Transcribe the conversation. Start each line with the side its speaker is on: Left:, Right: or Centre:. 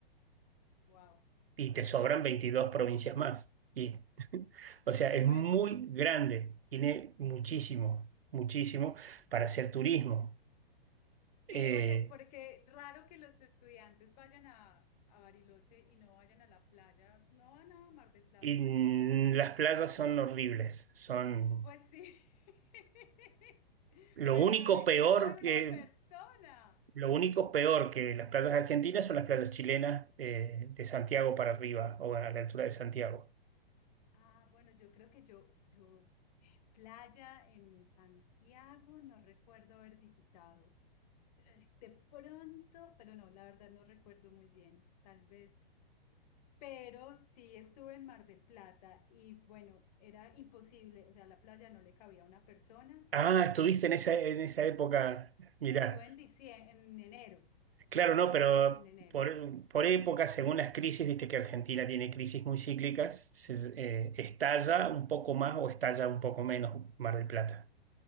Left: ¡Wow!
Right: y te sobran veintidós
Left: Sí.
Right: provincias más. Y, <laughs> o sea,
Left: Y
Right: es
Left: bueno.
Right: muy grande, tiene muchísimo, muchísimo para hacer turismo. Eh,
Left: Sí, oye, porque raro que los estudiantes vayan a, a Bariloche y no vayan a la playa, no van a Mar del Plata,
Right: y
Left: por
Right: mm,
Left: ejemplo, yo conozco
Right: las
Left: Mar
Right: playas
Left: del Plata
Right: son horribles, son
Left: Pues sí, <laughs>
Right: lo
Left: pero
Right: único
Left: no les
Right: peor
Left: cabe
Right: que...
Left: una persona.
Right: Lo único peor que las playas argentinas son las playas chilenas eh, de Santiago para arriba o a la altura de Santiago.
Left: Ah, bueno, yo creo que yo, yo, playa en Santiago, no recuerdo haber visitado. Eh, De pronto, pero no, la verdad no recuerdo muy bien, tal vez. Pero sí estuve en Mar del Plata y bueno, era imposible, o sea, la playa no le cabía a una persona.
Right: Ah, estuviste en esa, en esa época. Mirá,
Left: Estuve en diciembre, en enero,
Right: claro,
Left: estuve
Right: no, pero
Left: en, la, e- en enero.
Right: por, por época, según las crisis, viste que Argentina tiene crisis muy cíclicas, se- eh, estalla un poco más o estalla un poco menos Mar del Plata.